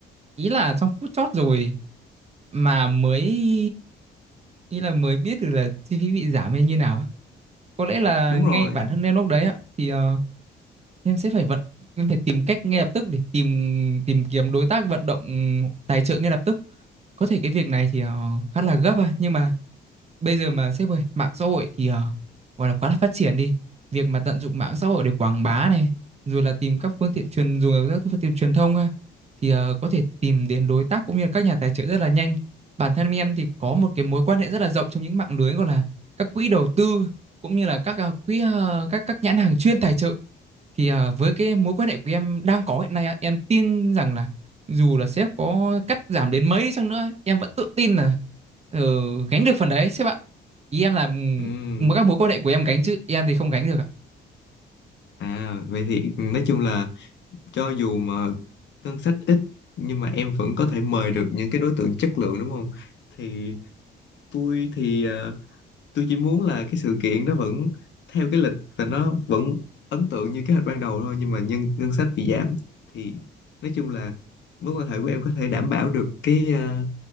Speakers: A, on the right (about 30°); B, on the left (about 65°).
A: ý là trong phút chót rồi mà mới ý là mới biết được là chi phí bị giảm hay như nào á. Có lẽ là
B: đúng
A: ngay
B: rồi
A: bản thân em lúc đấy á thì ờ, em sẽ phải vận em phải tìm cách ngay lập tức để tìm tìm kiếm đối tác vận động tài trợ ngay lập tức. Có thể cái việc này thì ờ, khá là gấp à nhưng mà bây giờ mà sếp ơi mạng xã hội thì ờ, gọi là quá là phát triển đi việc mà tận dụng mạng xã hội để quảng bá này rồi là tìm các phương tiện truyền dùng các phương tiện truyền thông ha, thì ờ, có thể tìm đến đối tác cũng như là các nhà tài trợ rất là nhanh bản thân em thì có một cái mối quan hệ rất là rộng trong những mạng lưới gọi là các quỹ đầu tư cũng như là các ờ, quỹ ờ, các các nhãn hàng chuyên tài trợ thì à, với cái mối quan hệ của em đang có hiện nay á, em tin rằng là dù là sếp có cắt giảm đến mấy đi chăng nữa ấy, em vẫn tự tin là ờ, gánh được phần đấy sếp ạ ý em là ừm,
B: ừ
A: mỗi các mối quan hệ của em gánh chứ em thì không gánh được ạ
B: à vậy thì nói chung là cho dù mà ngân sách ít nhưng mà em vẫn có thể mời được những cái đối tượng chất lượng đúng không thì tôi thì à, tôi chỉ muốn là cái sự kiện nó vẫn theo cái lịch và nó vẫn ấn tượng như kế hoạch ban đầu thôi nhưng mà nhân ngân sách bị giảm thì nói chung là mối quan hệ của em có thể đảm bảo được cái à,